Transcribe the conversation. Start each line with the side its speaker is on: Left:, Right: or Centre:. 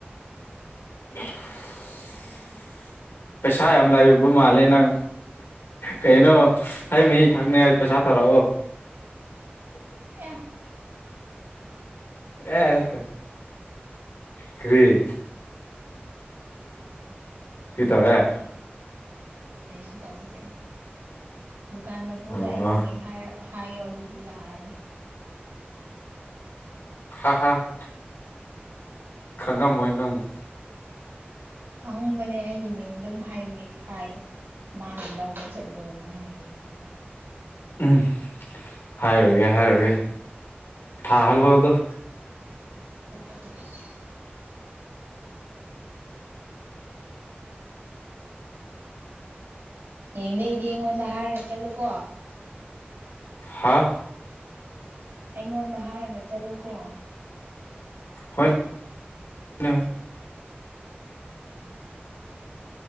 Left: <unintelligible>
Right: <inaudible>
Left: ꯄꯩꯁꯥ ꯌꯥꯝ ꯂꯩꯕ ꯃꯥꯜꯂꯦ ꯅꯪ ꯀꯩꯅꯣ ꯍꯩ ꯃꯍꯤ ꯊꯛꯅꯤꯡꯉꯥꯏ ꯄꯩꯁꯥ ꯊꯥꯔꯛꯑꯣ
Right: ꯑ‌ꯦ
Left: ꯑꯦꯀ ꯀ꯭ꯔꯤ ꯀ꯭ꯔꯤ ꯇꯧꯔ‌ꯦ
Right: ꯀꯔꯤꯁꯨ ꯇꯧꯗꯦ ꯗꯨꯀꯥꯟ ꯃꯄꯨꯗ
Left: ꯑꯣ
Right: ꯑꯩꯒꯤ ꯃꯤꯡ ꯍꯥꯏꯔꯛ ꯍꯥꯏꯌꯣ ꯑꯗꯨꯗꯤ ꯌꯥꯔꯅꯤ
Left: <unintelligible> ꯈꯪꯉꯝꯃꯣꯏ ꯅꯪꯕꯨ
Right: ꯈꯪꯕꯅꯦ ꯑꯩꯒꯤ ꯃꯤꯡ ꯑꯗꯨꯝ ꯍꯥꯏꯕꯤ ꯍꯥꯏꯌ‌ꯣ ꯃꯥꯅ ꯂꯧꯕ ꯆꯠꯂꯣꯅ ꯍꯥꯏꯌꯦꯅ ꯍꯥꯏ
Left: ꯎꯝ ꯍꯥꯏꯔꯨꯔꯒꯦ ꯍꯥꯏꯔꯨꯔꯒꯦ ꯊꯥꯍꯜꯂꯛꯑꯣꯗꯣ
Right: <unintelligible> ꯍꯌꯦꯡꯗꯩꯗꯤ ꯑꯩꯉꯣꯟꯗ ꯍꯥꯏꯔꯒ ꯆꯠꯂꯨꯀꯣ
Left: ꯍꯥꯥ
Right: ꯑꯩꯉꯣꯟꯗ ꯍꯥꯏꯔꯒ ꯆꯠꯂꯨꯀꯣ
Left: ꯍ‌ꯣꯏ ꯅꯪ